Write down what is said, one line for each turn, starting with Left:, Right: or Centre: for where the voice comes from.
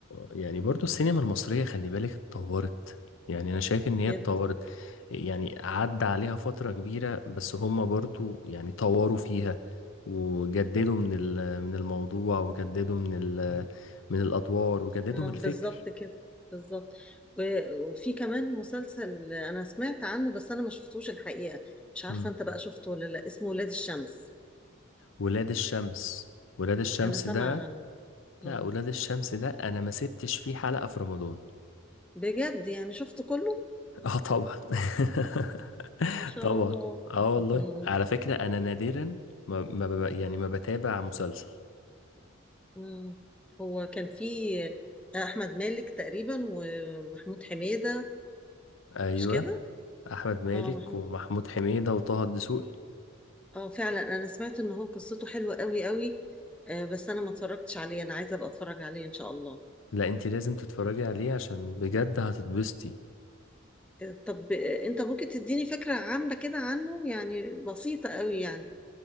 Left: يعني برضو السينما المصرية خلي بالك اتطورت يعني انا شايف ان
Centre: جدا
Left: هي اتطورت يعني عدى عليها فترة كبيرة بس هما برضو يعني طوروا فيها وجددوا من ال... من الموضوع وجددوا من ال... من الادوار وجددوا
Centre: آه
Left: من الفكر
Centre: بالظبط كده بالظبط و- وفي كمان مسلسل انا سمعت عنه بس انا ما شفتوش الحقيقه مش عارفه
Left: مم.
Centre: انت بقى شفته ولا لا اسمه ولاد الشمس
Left: ولاد الشمس ولاد الشمس
Centre: انا سامعه
Left: ده
Centre: عنه مم.
Left: لا ولاد الشمس ده انا ما سبتش فيه حلقة في رمضان
Centre: بجد يعني شفته كله
Left: اه طبعا <laughs>
Centre: ان شاء
Left: طبعا
Centre: الله
Left: اه
Centre: <laughs>
Left: والله على فكرة انا نادرا ما, ما بب... يعني ما بتابع مسلسل
Centre: مم. هو كان في احمد مالك تقريبا ومحمود حميدة
Left: ايوه
Centre: مش كده
Left: احمد مالك
Centre: اه محمود
Left: ومحمود حميدة وطه الدسوقي
Centre: اه فعلا انا سمعت ان هو قصته حلوة قوي قوي آه، بس انا ما اتفرجتش عليه انا عايزة ابقى اتفرج عليه ان شاء الله
Left: لا انت لازم تتفرجي عليه عشان بجد هتتبسطي
Centre: آه، طب آه، انت ممكن تديني فكرة عامة كده عنه يعني بسيطة قوي يعني